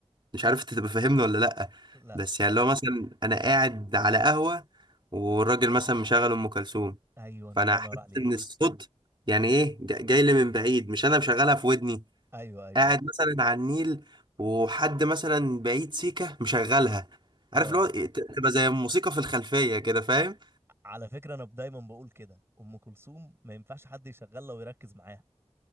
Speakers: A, on the right; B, on the right.
A: مش عارف انت تبقى فاهمني ولا لأ
B: لا
A: بس يعني لو مثلا أنا قاعد على قهوة والراجل مثلا مشغل أم كلثوم
B: ايوه الله
A: فأنا
B: ينور
A: حاسس
B: عليك
A: إن الصوت يعني إيه جا- جاي لي من بعيد مش أنا مشغلها في ودني
B: ايوه ايوه
A: قاعد
B: ايوه
A: مثلا على النيل وحد مثلا بعيد سيكة مشغلها
B: اه
A: عارف اللي هو إيه، ت- تبقى زي الموسيقى في الخلفية كده فاهم
B: على فكرة أنا دايما بقول كده أم كلثوم ما ينفعش حد يشغلها ويركز معاها